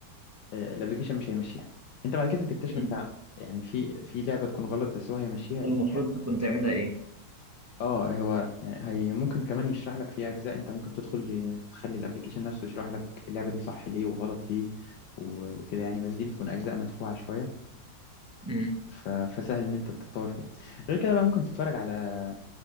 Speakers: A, on the left; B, on the right.
A: آه، الأبليكيشن مش هيمشيها أنت بعد كده تكتشف
B: مم.
A: أنت يعني في في لعبة تكون غلط بس هو هيمشيها لأن
B: المفروض
A: هي
B: تكون تعملها ايه
A: اه هو يعني هي ممكن كمان يشرح لك في اجزاء انت ممكن تدخل ي- تخلي الابليكيشن نفسه يشرح لك اللعبه دي صح ليه وغلط ليه و- وكده يعني بس دي بتكون اجزاء مدفوعه شويه
B: مم.
A: ف- فسهل ان انت تتطور فيها غير كده بقى ممكن تتفرج على